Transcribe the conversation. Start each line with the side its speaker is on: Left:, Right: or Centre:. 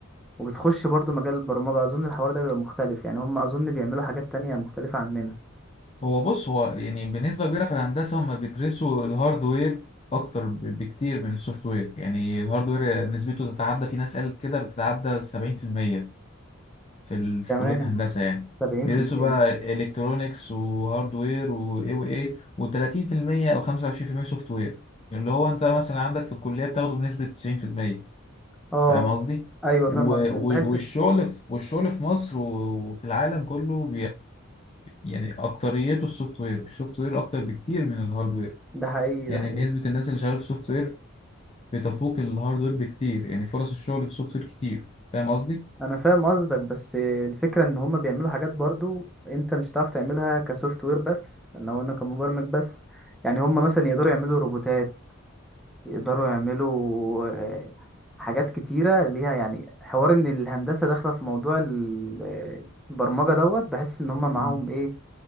Centre: وبتخش برضو مجال البرمجه اظن الحوار ده بيبقى مختلف يعني هم اظن بيعملوا حاجات تانية مختلفه عننا
Left: هو بص هو يعني بنسبة كبيرة في الهندسة هم بيدرسوا الهاردوير أكتر ب- بكتير من السوفت وير يعني الهاردوير نسبته تتعدى في ناس قالت كده بتتعدى سبعين في المية في ال... في
Centre: كمان
Left: كلية هندسة يعني
Centre: 70%
Left: بيدرسوا بقى إلكترونيكس وهاردوير وإيه وإيه وتلاتين في المية أو خمسة وعشرين في المية سوفت وير اللي هو أنت مثلا عندك في الكلية بتاخده بنسبة تسعين في المية
Centre: اه
Left: فاهم قصدي؟
Centre: ايوه
Left: و...
Centre: فاهم قصدي
Left: و...
Centre: بحس
Left: والشغل
Centre: إن-
Left: في والشغل في مصر و- وفي العالم كله يعني اكتريته السوفت وير السوفت وير اكتر بكتير من الهارد وير
Centre: ده حقيقي
Left: يعني
Centre: ده حقيقي.
Left: نسبة الناس اللي شغالة في السوفت وير بتفوق الهارد وير بكتير يعني فرص الشغل في السوفت وير كتير فاهم قصدي
Centre: انا فاهم قصدك بس الفكره ان هما بيعملوا حاجات برضو انت مش هتعرف تعملها كسوفت وير بس ان هو انا وانا كمبرمج بس يعني هما مثلا يقدروا يعملوا روبوتات يقدروا يعملوا آه، حاجات كتيره ليها يعني حوار ان الهندسه داخله في موضوع ال- آه، البرمجه دوت بحس ان هما معاهم
Left: مم.
Centre: ايه